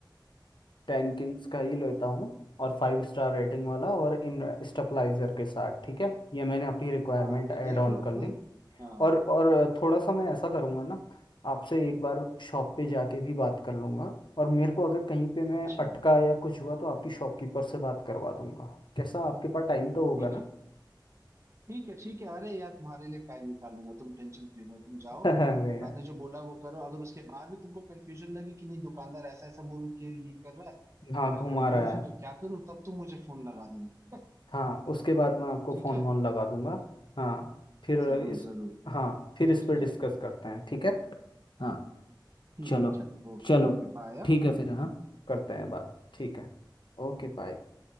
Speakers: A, on the left (about 75°); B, on the right (about 35°).
A: टेन किंग्स का ही लेता हूँ और फाइव स्टार रेटिंग वाला और इन स्टेबलाइजर के साथ ठीक है ये मैंने अपनी रिक्वायरमेंट
B: हाँ वो
A: ऐड
B: देख
A: ऑन
B: लो अपना
A: कर ली
B: हाँ
A: और और अ, थोड़ा सा मैं ऐसा करूँगा ना आपसे एक बार शॉप पे जाके भी बात कर लूँगा और मेरे को अगर कहीं पे मैं
B: अच्छा
A: अटका या कुछ हुआ तो आपकी शॉपकीपर से बात करवा दूंगा कैसा आपके पास टाइम तो होगा
B: ठीक
A: ना
B: है ठीक है ठीक है अरे यार तुम्हारे लिए टाइम निकाल लूंगा तुम टेंशन फ्री रहो तुम जाओ
A: <laughs> अरे यार
B: मैंने जो बोला वो करो अगर उसके बाद भी तुमको कंफ्यूजन लगे कि नहीं दुकानदार ऐसा ऐसा बोल के ये कर रहा है
A: हाँ
B: तो मैं
A: घुमा
B: कंफ्यूज
A: रहा है
B: हूँ तो क्या करूँ तब तुम मुझे फोन लगा देना
A: हाँ उसके बाद मैं आपको
B: ठीक
A: फोन
B: है
A: वोन लगा दूंगा हाँ फिर
B: जरूर
A: इस
B: जरूर
A: हाँ फिर इस
B: ठीक
A: पर डिस्कस
B: है
A: करते हैं ठीक है हाँ
B: ठीक
A: चलो
B: है चल ओके
A: चलो
B: ओके बाय
A: ठीक है फिर हाँ करते हैं बात ठीक है Okay bye